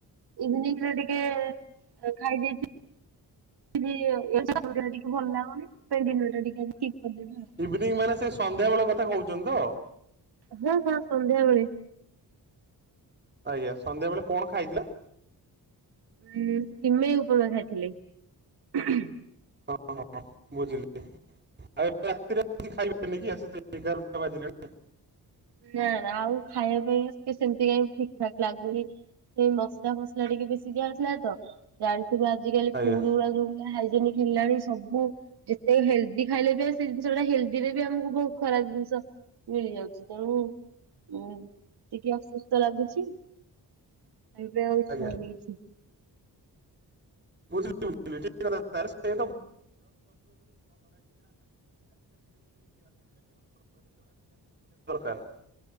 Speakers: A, on the right; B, on the right.
A: ଇଭିନିଂ ରେ ଟିକେ ଖାଇ ଦେଇ‌ ଥି ଲି ଏ ସ ଦେହ ଟା ଟିକେ ଭଲ ଲାଗନି ତ ଡିନର ଟା ସ୍କିପ କରିଦେବି ଆଉ।
B: ଇଭିଙ୍ଗ ମାନେ ସେ ସନ୍ଧ୍ୟା ବେଳେ କଥା କହୁଛନ୍ତି ତ।
A: ହଁ ହଁ ସନ୍ଧ୍ୟା ବେଳେ।
B: ଆଜ୍ଞା ସନ୍ଧ୍ୟା ବେଳେ କଣ ଖାଇଥିଲେ।
A: ହଁ ସିମେଇ ଉପମା ଖାଇ ଥିଲି ‌।
B: ହଁ ହଁ ବୁଝିଲି। ଆଉ ଏବେ ରାତିରେ ଆଉ କିଛି ଖାଇବେନି କି ଆସି ଏଗାର ଟା ବାଜିଲାଣି ‌।
A: ନା ନା ଆଉ ଖାଇବା ପାଇଁ ସେମତି କାଇଁ ଠିକ ଠାକ ଲାଗୁନି। ସେଇ ମସଲା ଫସଲା ଟିକେ ବେଶି ଦିଆହେଇ ଥିଲା ତ। ଜାଣିଥିବ ଆଜିକାଲି
B: ଆଜ୍ଞା
A: ପୁଡ ଗୁଡାକ ଯୋଉ ଭଳିଆ ହାଇଜିନିକ୍ ହେଲାଣି ସବୁ ଯେତେ ହେଲଦି ଖାଇଲେ ବି ଆ ସେ ଜିନିଷ ଗୁଟା ହେଲଦି ରେ ବି ଆମକୁ ବହୁତ ଖରାପ ଜିନିଷ ମିଳିଯାଉଛି। ତେଣୁ ଉଁ ଟିକେ ଅସୁସ୍ଥ ଲାଗୁଛି। ଏବେ ଆଉ ଇଛା
B: ଆଜ୍ଞା
A: ହଉନି କିଛି।
B: ବୁଝିଲି ବୁଝିଲି ଠିକ କଥା ଟା <unintelligible> <unintelligible>